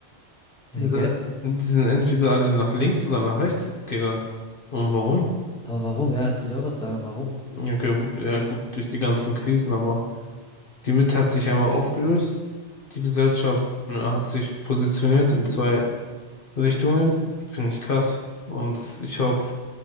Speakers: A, in the centre; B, on the left.
A: ja,
B: Die sind,
A: gell?
B: die sind entweder alle nach links oder nach rechts gegangen. Und warum?
A: Aber warum? Ja, jetzt muss ich auch gerade sagen, warum?
B: Okay, ja gut, durch die ganzen Krisen, aber. Die Mitte hat sich einmal aufgelöst. Die Gesellschaft äh, hat sich positioniert in zwei Richtungen. Finde ich krass. Und ich hoffe,